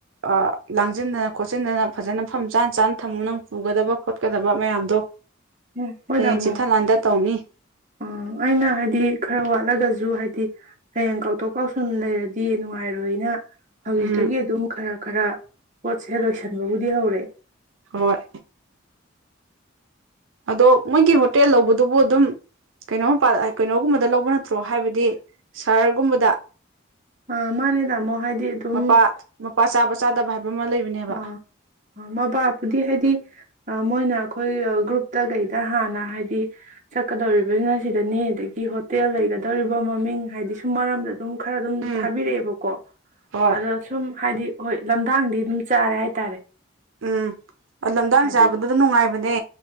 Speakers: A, on the right (about 80°); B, on the right (about 40°).
A: ꯑꯥ ꯂꯥꯡꯖꯤꯟꯗꯅ ꯈꯣꯠꯆꯤꯟꯗꯅ ꯐꯖꯅ ꯐꯝ ꯆꯥ ꯆꯥꯅ ꯊꯝꯃꯨ ꯅꯪ ꯄꯨꯒꯗꯕ ꯈꯣꯠꯀꯗꯕ ꯕ ꯃꯌꯥꯝꯗꯣ
B: ꯎ ꯍꯣꯏ
A: ꯍꯌꯦꯡ
B: ꯇꯝꯃꯣ
A: ꯆꯤꯊ ꯂꯥꯟꯗ ꯇꯧꯅꯤ
B: ꯑꯥ ꯑꯩꯅ ꯍꯥꯏꯗꯤ ꯈꯔ ꯋꯥꯠꯂꯒꯁꯨ ꯍꯥꯏ ꯗꯤ ꯍꯌꯦꯡ ꯀꯥꯎꯊꯣꯛ ꯀꯥꯎꯁꯟ ꯂꯩꯔꯗꯤ ꯅꯨꯡꯉꯥꯏꯔꯣꯏꯅ ꯍꯧꯖꯤꯛꯇꯒꯤ
A: ꯎꯝ
B: ꯑꯗꯨꯝ ꯈꯔ ꯈꯔ ꯄꯣꯠꯁꯦ ꯂꯣꯏꯁꯟꯗꯕꯨꯗꯤ ꯍꯧꯔꯦ
A: ꯍꯣꯏ ꯑꯗꯣ ꯃꯣꯏꯒꯤ ꯍꯣꯇꯦꯜ ꯂꯧꯕꯗꯨꯕꯨ ꯑꯗꯨꯝ ꯀꯩꯅꯣ ꯀꯩꯅꯣꯒꯨꯝꯕꯗ ꯂꯧꯕ ꯅꯠꯇ꯭ꯔꯣ ꯍꯥꯏꯕꯗꯤ ꯁꯍꯔꯒꯨꯝꯕꯗ
B: ꯑ ꯃꯥꯅꯦ ꯇꯥꯃꯣ ꯍꯥꯏꯗꯤ ꯑꯗꯨꯝ
A: ꯃꯄꯥ ꯃꯄꯥ ꯆꯥꯕ ꯆꯥꯗꯕ ꯍꯥꯏꯕ ꯑꯃ ꯂꯩꯕꯅꯦꯕ
B: ꯑꯥ ꯑ ꯃꯄꯥꯕꯨꯗꯤ ꯍꯥꯏꯗꯤ ꯑ ꯃꯣꯏꯅ ꯑꯩꯈꯣꯏ ꯒ꯭ꯔꯨꯞꯇ ꯀꯩꯗ ꯍꯥꯟꯅ ꯍꯥꯏꯗꯤ ꯆꯠꯀꯗꯧꯔꯤꯕꯅꯤꯅ ꯁꯤꯗꯅꯤ ꯑꯗꯒꯤ ꯍꯣꯇꯦꯜ ꯂꯩꯒꯗꯧꯔꯤꯕ ꯃꯃꯤꯡ ꯍꯥꯏꯗꯤ ꯁꯨꯝ ꯃꯔꯝꯗ ꯑꯗꯨꯝ ꯈꯔ ꯑꯗꯨꯝ
A: ꯎꯝ
B: ꯊꯥꯕꯤꯔꯛꯑꯦꯕꯀꯣ
A: ꯍꯣꯏ
B: ꯑꯗꯣ ꯁꯨꯝ ꯍꯥꯏꯗꯤ ꯍꯣꯏ ꯂꯝꯗꯥꯡꯗꯤ ꯑꯗꯨꯝ ꯆꯥꯔꯦ ꯍꯥꯏꯇꯥꯔꯦ
A: ꯎꯝ ꯂꯝꯗꯥꯡ
B: ꯍꯥꯏꯗꯤ
A: ꯆꯥꯕꯗꯗ ꯅꯨꯡꯉꯥꯏꯕ ꯕꯅꯦ